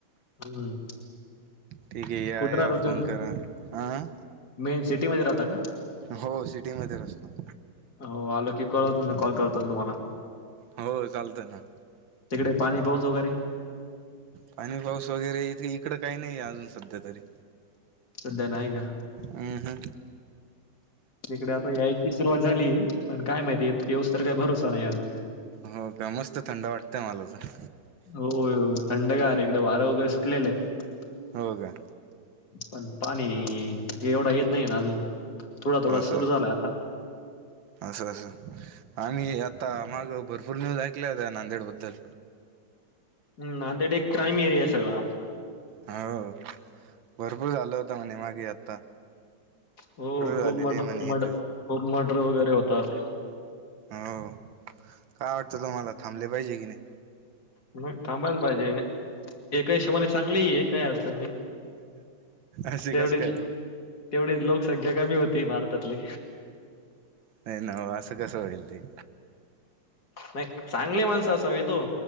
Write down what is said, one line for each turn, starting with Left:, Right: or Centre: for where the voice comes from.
Left: हम्म
Right: ठीक हे या
Left: कुठे
Right: या
Left: राहता
Right: फोन
Left: तुम्ही
Right: करा हां
Left: मेन सिटी मध्ये राहता का
Right: हो सिटी मध्येचं असतो
Left: हो आलो की कळवतो ना कॉल करतो ना तुम्हाला
Right: हो चालतं ना
Left: तिकडे पाणी पाऊस वगैरे
Right: पाणी पाऊस वगैरे इत इकडं काही नाहीे अजून सध्या तरी
Left: सध्या नाय गा
Right: ह ह
Left: तिकडे आता यायची सुरुवात झालीये पण काय माहिती येउस तर काय भरोसा नाही अजून
Right: हो का मस्त थंड वाटतंय मला तर
Left: हो थंडगार इकडे वारं वगैरे सुटलेलं आहेत
Right: हो का
Left: पण पाणी एवढा येत नाहीे ना अजून थोडा थोडा
Right: असं
Left: सुरू झाला
Right: असं असं आणि आता मागं भरपूर न्यूज ऐकल्या होत्या नांदेडबद्दल
Left: हम् नांदेड एक क्राइम एरिया आहे सगळा
Right: हो भरपूर झालं होतं म्हणे मागे आत
Left: हो खूप
Right: झालेले
Left: मरडं
Right: आहे म्हणे
Left: मड
Right: इथं
Left: खूप मर्डर वगैरे होतात
Right: हो काय वाटतं तुम्हाला थांबले पाहिजे की नाही
Left: मग थांबायला पाहिजे एका हिशोबाने चांगलेही आहे काही अडचण नाही
Right: असे
Left: तेवढी
Right: कसं काय हो
Left: तेवढीच लोकसंख्या कमी होती भारतातली
Right: काही ना ओ असं कसं होईल ते
Left: नाही चांगली माणसं असावीत ओ